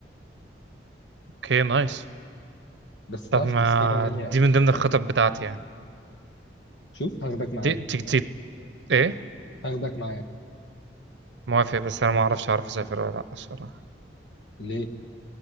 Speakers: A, on the right (about 75°); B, on the left (about 80°).
A: اوكي نايس
B: بس تعرف
A: طب ما
B: تذكره غاليه قوي
A: دي من ضمن الخطط
B: قوي
A: بتاعتي يعني
B: شوف هاخدك معايا
A: تي تي تي ايه
B: هاخدك معايا
A: موافق بس انا ما اعرفش اعرف اسافر ولا لا الصراحه
B: ليه